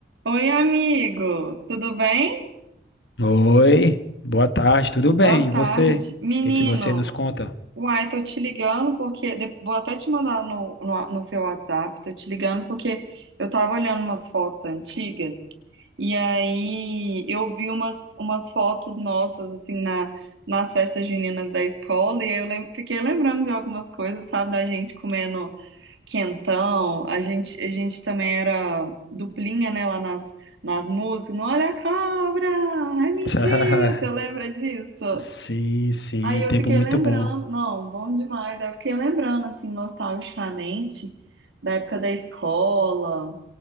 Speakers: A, on the right; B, on the left.
A: Oi, amigo, tudo bem?
B: Oi, boa tarde, tudo bem?
A: Boa tarde.
B: E você?
A: Menino,
B: O que que você nos conta?
A: uai, tô te ligando porque. de- Vou até te mandar no, no, no seu WhatsApp, tô te ligando porque eu tava olhando umas fotos antigas e aí eu vi umas, umas fotos nossas, assim, na, nas festas juninas da escola e aí eu lem- fiquei lembrando de algumas coisas, sabe, da gente comendo. Quentão, a gente, a gente também era duplinha, né, lá nas, nas músicas. No Olha a cobra! É mentira!
B: <laughs>
A: Você lembra disso?
B: Sim, sim,
A: Aí eu
B: tempo
A: fiquei
B: muito
A: lembrando,
B: bom.
A: não, bom demais. Aí eu fiquei lembrando, assim, nostalgicamente, da época da escola,